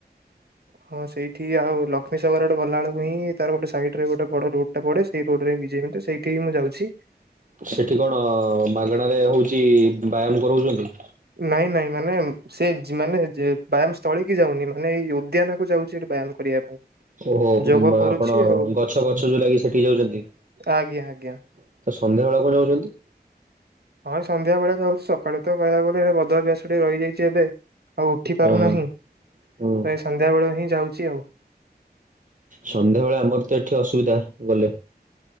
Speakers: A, on the right; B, on the right.
A: ହଁ ସେଇଠି ଆଉ ଲକ୍ଷ୍ମୀସାଗର ଆଡ଼କୁ ଗଲାବେଳକୁ ହିଁ ତାର ଗୋଟେ ସାଇଡରେ ଗୋଟେ ବଡ ରୁ <unintelligible> ପଡ଼େ ସେଇ ରୋଡରେ ବିଜେଏମ ପଡ଼େ ତ ସେଇଠି ମୁଁ ଯାଉଛି।
B: ସେଠି କଣ ମାଗଣାରେ ହଉଛି ବ୍ୟାୟାମ କରଉଛନ୍ତି?
A: ନାଇଁ ନାଇଁ ମାନେ ସେ ମାନେ ବ୍ୟାୟାମସ୍ଥଳୀକି ଯାଉନି ମାନେ ଏଇ ଉଦ୍ୟାନକୁ ଯାଉଛି ବ୍ୟାୟାମ କରିବା ପାଇଁ।
B: ଓ
A: ଯୋଗ କରୁଛି
B: ଆପଣ
A: ଆଉ
B: ଗଛ ପଛ ଯୋଉ ଲାଗିଛି ସେଠିକି ଯାଉଛନ୍ତି। ତ
A: ଆଜ୍ଞା ଆଜ୍ଞା।
B: ସନ୍ଧ୍ୟାବେଳ କଣ ଯାଉଛନ୍ତି?
A: ହଁ, ସନ୍ଧ୍ୟାବେଳେ ଯାଉଛ୍, ସକାଳେ ତ କହିବାକୁ ଗଲେ ବଦଅଭ୍ୟାସ ଟେ ରହିଯାଇଛି ଏବେ। ଆଉ ଉଠି ପାରୁନାହିଁ।
B: ହଁ ହୁଁ।
A: ପ୍ରାୟ ସନ୍ଧ୍ୟାବେଳ ହିଁ ଯାଉଛି ଆଉ।
B: ସନ୍ଧ୍ୟାବେଳେ ଆମର ତ ଏଠି ଅସୁବିଧା ଗଲେ,